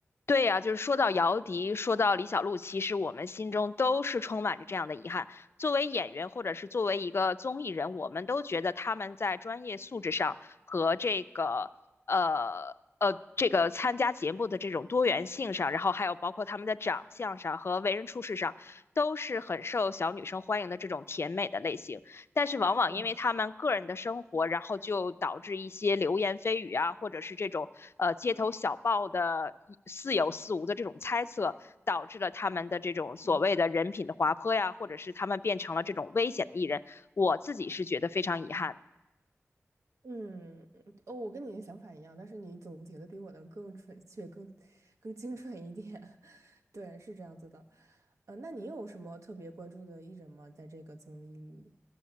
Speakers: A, on the left; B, on the right.
A: 对呀，就是说到姚笛，说到李小璐，其实我们心中都是充满着这样的遗憾。作为演员，或者是作为一个综艺人，我们都觉得他们在专业素质上和这个呃呃这个参加节目的这种多元性上，然后还有包括他们的长相上和为人处事上，都是很受小女生欢迎的这种甜美的类型。但是往往因为他们个人的生活，
B: 对，
A: 然后就导致一些流言蜚语啊，或者是这种呃街头小报的似有似无的这种猜测，导致了他们的这种所谓的人品的滑坡呀，
B: 嗯
A: 或者是他们变成了这种危险的艺人。我自己是觉得非常遗憾的。
B: 嗯，哦，我跟你的想法一样，但是你总结的比我的更准确、更更精准一点。<laughs> 对，是这样子的。呃，那你有什么特别关注的艺人吗？在这个综艺里？